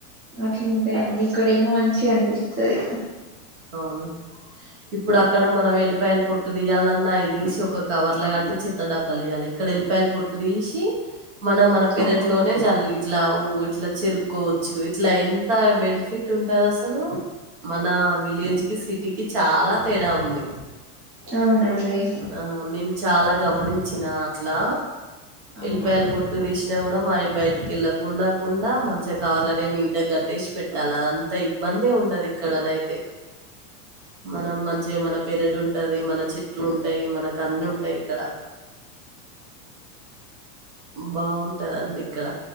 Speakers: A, on the right; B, on the right.
A: అట్లుంటయండి ఇక్కడ ఏమో మంచిగా అనిపిస్తాది
B: అవును ఇప్పుడు అక్కడ మనం ఎల్లిపాయలు పొట్టు దియాలన్నా దీసి ఒక కవర్ లా కట్టి చెత్తడబ్బ పడేయాలి ఇక్కడ ఎల్లిపాయ పొట్టు తీసి మనం మన పెరట్లోనే
A: అవునండి
B: జల్లి ఇట్లా అవు ఇట్లా చెరుకోవచ్చు ఇట్లా ఎంత బెనిఫిట్ ఉంటది అసలు మన <unintelligible> సిటీకి కి చాలా తేడా ఉంది
A: అవునండి
B: ఆ నేను చాలా గమనించిన అట్లా
A: అవునండి
B: ఎల్పాయల్ పొట్టు తీసి కూడా మా బయటికి వెళ్ళకుండా కుండా, మంచిగా కవర్లనే నీట్గా కట్టేసి పెట్టాలి అది అంత ఇబాందేయ్ ఉండదు ఇక్కడనయితే మనం మంచిగా మన పెరడు ఉంటది మన చెట్లు ఉంటయి మన కన్ను ఉంటాయి ఇక్కడ బాగుంటదండి ఇక్కడ